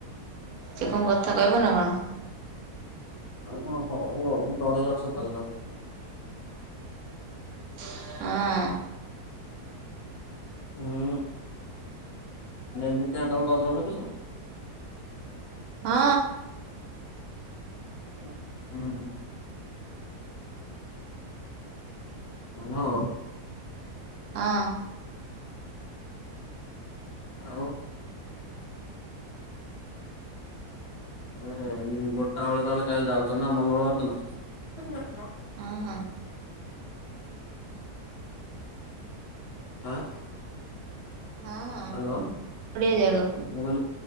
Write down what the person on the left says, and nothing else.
ହ ହଉ ଆଉ ଡରେଇ ରଖିଚ ତାହେଲେ ତାକୁ।
ହୁଁ ଏମିତିକା ତାକୁ ଡରେଇ ରଖୁଛ।
ହୁଁ - ହୁଁ। ହାଲୋ।
ଆଉ। ହୁଁ ହେଲେ ଗୋଟାଏ ବେଳେ ତାହେଲେ କାଲି ଯାଉଛ ନା ମଙ୍ଗଳବାର ଦିନ।
ଆଁ
ହାଲୋ
ମୁଁ କହିଲି